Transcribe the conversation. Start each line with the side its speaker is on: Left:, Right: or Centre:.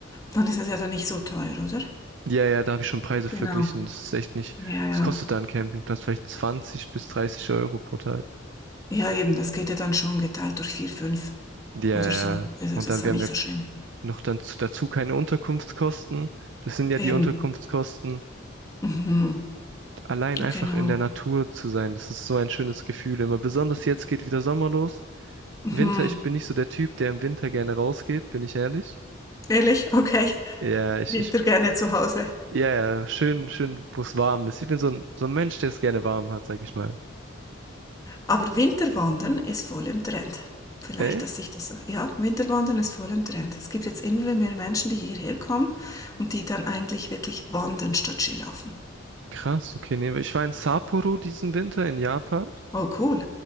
Left: dann ist es ja dann nicht so teuer, oder?
Right: Ja, ja, da habe ich schon Preise
Left: Genau.
Right: verglichen. Das ist echt nicht.
Left: Ja, ja.
Right: Was kostet da ein Campingplatz? Vielleicht 20 bis 30 Euro pro Tag.
Left: Ja, eben, das geht ja dann schon geteilt durch vier, fünf
Right: Ja, ja.
Left: oder so.
Right: ja,
Left: Also
Right: Und
Left: das ist
Right: dann,
Left: ja
Right: wir
Left: nicht
Right: haben ja
Left: so schlimm.
Right: noch dann zu- dazu keine Unterkunftskosten. Das sind ja
Left: Eben.
Right: die Unterkunftskosten.
Left: Mhm.
Right: allein einfach
Left: Genau.
Right: in der Natur zu sein, das ist so ein schönes Gefühl immer. Besonders jetzt geht wieder Sommer los.
Left: Mhm.
Right: Winter, ich bin nicht so der Typ, der im Winter gerne rausgeht, bin ich ehrlich.
Left: Ehrlich? Okay.
Right: Ja, ich,
Left: Winter
Right: ich,
Left: gerne zu Hause.
Right: ja, ja, schön, schön, wo es warm ist. Ich bin so ein, so ein Mensch, der es gerne warm hat, sag ich mal.
Left: Aber Winterwandern ist voll im Trend. Vielleicht,
Right: Ey,
Left: dass sich das. Ja, Winterwandern ist voll im Trend. Es gibt jetzt immer mehr Menschen, die hierher kommen und die dann eigentlich wirklich wandern statt Skilaufen.
Right: krass, okay, nee, ich war in Sapporo diesen Winter in Japan.
Left: Oh, cool.